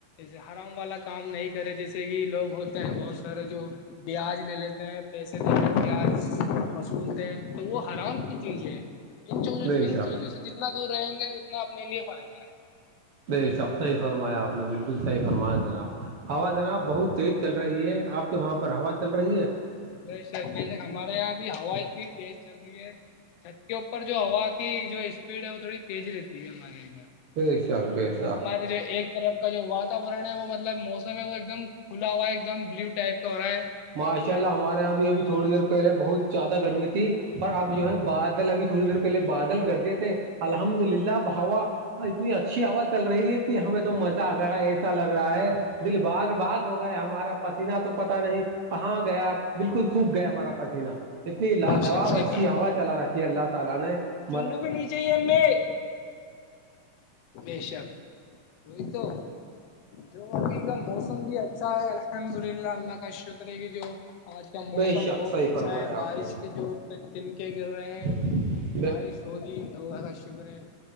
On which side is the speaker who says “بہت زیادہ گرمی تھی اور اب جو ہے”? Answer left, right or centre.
Right